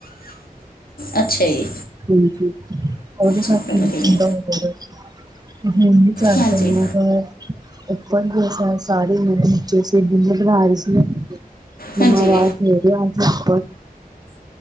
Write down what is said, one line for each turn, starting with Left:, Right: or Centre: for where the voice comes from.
Left: ਅੱਛਾ ਜੀ
Right: ਜੀ ਜੀ ਉਹਦੇ
Left: ਚਲੋ
Right: ਕਰਕੇ
Left: ਵਧੀਆ
Right: ਠੰਡਾ ਹੋੁੰਦਾ ਤੇ ਜੀ ਚਾਰ
Left: ਹਾਂਜੀ
Right: ਪੰਜ ਲੋਕ ਹੈ ਅਪਨ ਵੀ ਸਾਰੇ ਲੋਕ ਤੁਸੀ ਬਿੱਲ ਬਣਾ ਰਹੇ ਸੀ ਮੈਨੂੰ
Left: ਹਾਂਜੀ
Right: ਆਵਾਜ਼ ਦੇ ਦੇ ਆਜਕਲ